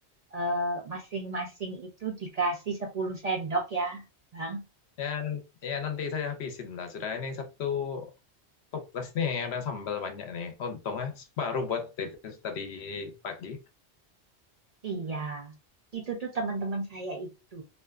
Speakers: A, on the right; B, on the left.
A: eh, masing-masing itu dikasih 10 sendok ya Bang.
B: Ya, nan- ya nanti saya habisin lah. Sudah ini satu toples nih, ada sambal banyak nih. Untungnya baru buat itu tadi pagi.
A: Iya, itu tuh teman-teman saya itu